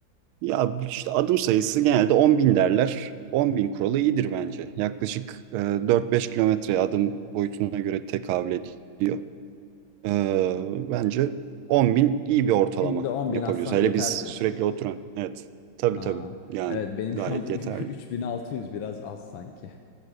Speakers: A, on the right; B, on the left.
A: Ya işte adım sayısı genelde 10 bin derler. 10 bin kuralı iyidir bence. Yaklaşık e, 4-5 kilometre adım boyutuna göre tekabül ediyor. E, bence 10 bin iyi bir ortalama
B: Günde 10
A: yapabiliyoruz.
B: bin atsam
A: Hele
B: yeter
A: biz
B: diyorsun.
A: sürekli oturan. Evet. Tabii
B: Aa,
A: tabii. Yani
B: evet benim
A: gayet
B: şu an <laughs>
A: yeterli.
B: 3600 biraz az sanki.